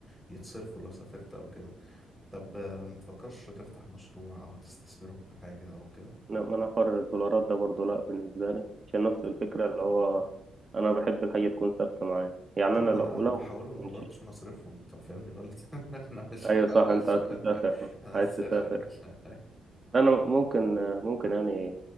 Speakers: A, in the centre; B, on the right.
A: يتصرفوا لو سافرت او كده طب آه، ما تفكرش تفتح مشروع او تستثمرهم في حاجة او كده
B: لا، ما انا حر الدولارات ده برضه لا بالنسبة لي عشان نفس الفكرة اللي هو انا بحب الحاجة تكون ثابتة معايا يعني
A: ده
B: انا
A: ما
B: لو
A: انا انا
B: لو
A: بحولهم
B: مش-
A: دولارات عشان اصرفهم انت فاهمني غلط <laughs>
B: <laughs>
A: انا مش
B: ايوه
A: هحوشهم
B: صح انت عايز
A: <laughs>
B: تسافر
A: انا
B: عايز
A: مسافر
B: تسافر
A: يا باشا
B: انا ممكن ممكن يعني